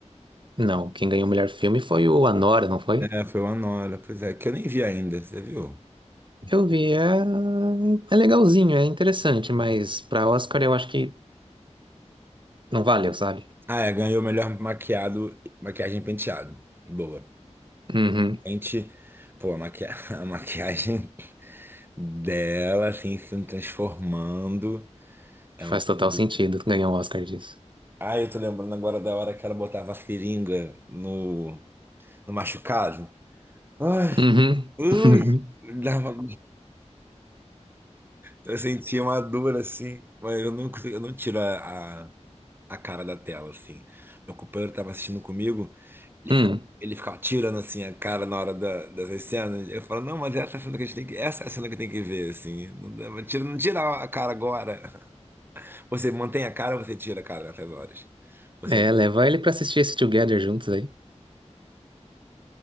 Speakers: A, on the right; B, on the right.
A: Não, quem ganhou o melhor filme foi o Anora, não foi?
B: É, foi o Anora. Pois é, que eu nem vi ainda, você viu?
A: Eu vi, é, é legalzinho, é interessante, mas pra Oscar eu acho que não valeu, sabe?
B: Ah, é, ganhou o melhor maquiado, maquiagem e penteado. Boa.
A: Uhum.
B: Gente, pô, a, maqui... <laughs> a maquiagem dela, assim, se transformando. É
A: Faz
B: uma coisa.
A: total
B: muito-
A: sentido ganhar o Oscar disso.
B: Ah, eu tô lembrando agora da hora que ela botava a seringa no. no machucado. Ai,
A: Uhum.
B: ui,
A: <laughs>
B: dava- eu sentia uma dor assim, mas eu não, consegui- eu não tiro a, a, a cara da tela, assim. Meu companheiro estava assistindo comigo, ele
A: Uhum.
B: ficava, ele ficava tirando assim a cara na hora da, dessas cenas. Eu falo, não, mas essa é a cena que a gente tem que, essa é a cena que tem que ver, assim. Não, dá- não tira, não tira a cara agora. Você mantém a cara ou você tira a cara nessas horas? Você,
A: É, leva ele pra assistir esse Together juntos aí.